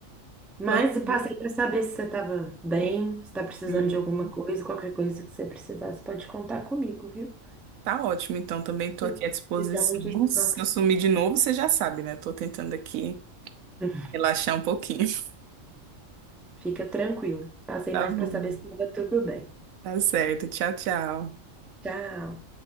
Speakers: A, in the centre; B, on the right.
A: Mas
B: <laughs>
A: eu passei para saber se você estava bem, se está precisando
B: Sim.
A: de alguma coisa, qualquer coisa que você precisasse, pode contar comigo, viu?
B: Tá ótimo, então também estou
A: Se
B: aqui à disposição.
A: se dá um descanso.
B: Se eu sumir de novo, você já sabe, né? Estou tentando aqui
A: <laughs>
B: relaxar um pouquinho. <laughs>
A: Fica tranquilo. Passei
B: Tá
A: mais
B: bom.
A: para saber se estava tudo bem.
B: Tá certo. Tchau, tchau.
A: Tchau.